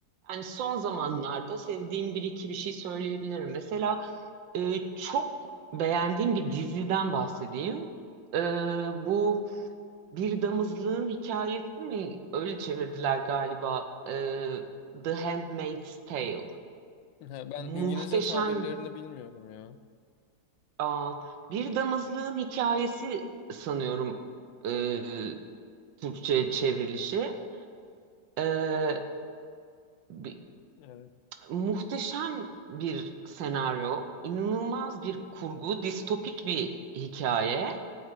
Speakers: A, on the right (about 75°); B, on the left (about 80°).
A: Yani son zamanlarda sevdiğim bir iki bir şey söyleyebilirim. Mesela e, çok beğendiğim bir diziden bahsedeyim. E, bu Bir damızlığın hikayesi mi? Öyle çevirdiler galiba. Ee, The Handmaid's Tale.
B: He, Ben İngilizce
A: Muhteşem.
B: tabirlerini bilmiyorum ya.
A: Aa, bir damızlığın hikayesi sanıyorum ee, Türkçe'ye çevrilişi. Ee, bi-
B: Evet.
A: muhteşem bir senaryo, inanılmaz bir kurgu, distopik bir hikaye